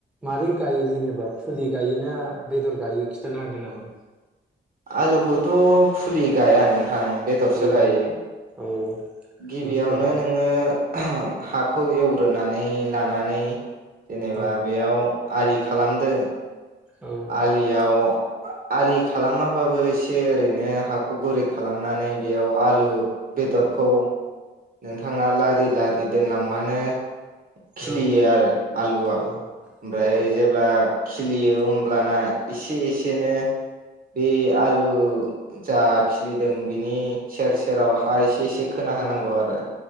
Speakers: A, in the centre; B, on the right.
A: मारै गायो जेनेबा फुलि गायोना बेदर गायो खिथानो हागोन नामा?
B: आलुखौथ' फुलि गाया नोंथां बेदरसो
A: औ
B: गायो।
A: औ
B: गिबियावनो
A: बिदि आरोना
B: नोङो हाखौ एवग्रोनानै लानानै जेनेबा
A: औ
B: बेयाव आलि खालामदो
A: औ
B: आलियाव आलि खालामाबाबो एसे ओरैनो हाखौ गुरि खालामनानै बेयाव आलु बेदरखौ नोंथाङा लारि लारि दोनलांबानो खिलियो
A: औ
B: आरो आलुआ
A: औ
B: ओमफ्राय
A: औ
B: जेब्ला खिलियो अब्लाना एसे एसेनो बे आलु जा खिलिदों बिनि सेर सेराव हा एसे एसे खो ना होनांगौ आरो